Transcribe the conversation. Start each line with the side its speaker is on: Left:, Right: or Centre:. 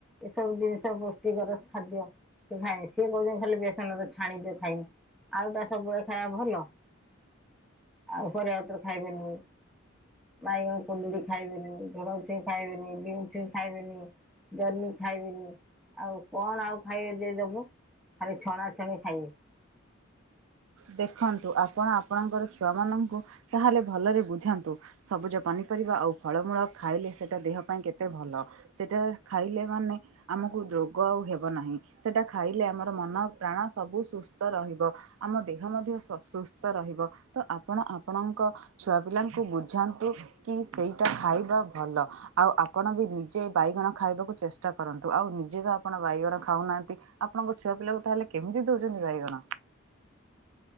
Centre: ଏ ସବୁ ଜିନିଷ ପୁଷ୍ଟିକର ଖାଦ୍ୟ। ସେ କହୁଚନ୍ତି ଖାଲି ବେସନରେ ଛାଣି ଦେ ଖାଇମି, ଆଳୁଟା ସବୁବେଳେ ଖାଇବା ଭଲ? ଆଉ ପରିବାପତ୍ର ଖାଇବେନି। ବାଇଗଣ, କୁନ୍ଦୁରୀ ଖାଇବେନି ଭଲ ସେ ଖାଇବେନି ବିମ୍ ଛୁଇଁ ଖାଇବେନି। ଜହ୍ନି ଖାଇବେନି। ଆଉ କଣ ଆଉ ଖାଇବେ ଯେ ଦବ। ଖାଲି ଛଣାଛଣି ଖାଇବେ।
Right: ଦେଖନ୍ତୁ ଆପଣ ଆପଣଙ୍କର ଛୁଆମାନଙ୍କୁ ତାହେଲେ ଭଲରେ ବୁଝାନ୍ତୁ। ସବୁଜ ପନିପରିବା ଆଉ ଫଳମୂଳ ଖାଇଲେ ସେଟା ଦେହ ପାଇଁ କେତେ ଭଲ। ସେଟା ଖାଇଲେ ମାନେ ଆମକୁ ରୋଗ ଆଉ ହେବ ନାହିଁ। ସେଟା ଖାଇଲେ ଆମର ମନ ପ୍ରାଣ ସବୁ ସୁସ୍ଥ ରହିବ। ଆମ ଦେ ଦେହ ମଧ୍ୟ ସ ସୁସ୍ଥ ରହିବ। ତ ଆପଣ ଆପଣଙ୍କ ଛୁଆ ପିଲାଙ୍କୁ ବୁଝାନ୍ତୁ। କି ସେଇଟା ଖାଇବା ଭଲ। ଆଉ ଆପଣ ବି ନିଜେ ବାଇଗଣ ଖାଇବାକୁ ଚେଷ୍ଟା କରନ୍ତୁ। ଆଉ ନିଜେ ତ ଆପଣ ବାଇଗଣ ଖାଉନାହାନ୍ତି। ଆପଣଙ୍କ ଛୁଆ ପିଲାକୁ ତାହେଲେ କେମିତି ଦଉଚନ୍ତି ବାଇଗଣ?